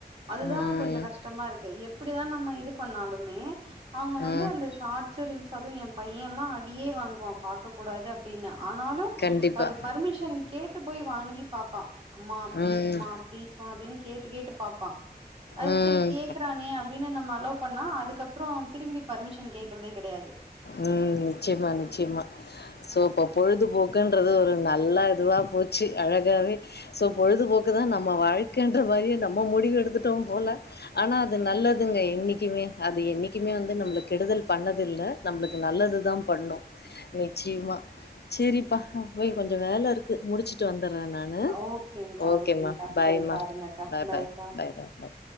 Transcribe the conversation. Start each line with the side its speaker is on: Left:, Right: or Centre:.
Right: அதுதா
Left: ம்
Right: கொஞ்சோ கஷ்டமா இருக்கு எப்படிதா நம்ம இது பண்ணாலுமே அவுங்க வந்து
Left: ம்
Right: அந்த ஷார்ட் ஷார்ஸு ரீல்ஸு அதுவு ஏ பையெல்லா அடியே வாங்குவா பாக்க கூடாது அப்டின்னு ஆனாலு
Left: கண்டிப்பா
Right: அது பர்மிஷன் கேட்டு போய் வாங்கி பாப்பா அம்மா ப்ளீஸ்மா
Left: ம்
Right: ப்ளீஸ் மா அப்டின் கேட்டு கேட்டு பாப்பா அது
Left: ம்
Right: சரி கேக்குறானே அப்டின்னு நம்ம அலோ பண்ணா அதுக்கப்புறோ திரும்பி பர்மிஷன் கேக்குறதே கெடையாது
Left: ம் நிச்சியமா நிச்சியமா சோ இப்ப பொழுதுபோக்குன்றது ஒரு நல்லா இதுவா போச்சு அழகாவே சோ பொழுதுபோக்குதா நம்ம வாழ்க்கைன்ற மாரியே நம்ம முடிவு எடுத்துட்டோ போல ஆனா அது நல்லதுங்க என்னைக்குமே அது என்னைக்குமே வந்து நம்மள கெடுதல் பண்ணதில்ல நம்மளுக்கு நல்லது தா பண்ணு நிச்சியமா செரிப்பா ஆ போய் கொஞ்சோ வேல இருக்கு முடிச்சுட்டு வந்துடுறே நா னு
Right: ஓகேங்க்கா
Left: ஓக்கேமா
Right: ஓகேங்க்கா
Left: பாய்மா
Right: சரி பாருங்கக்கா
Left: பாய்
Right: பாய்க்கா
Left: பாய் பாய் பாய் பாய்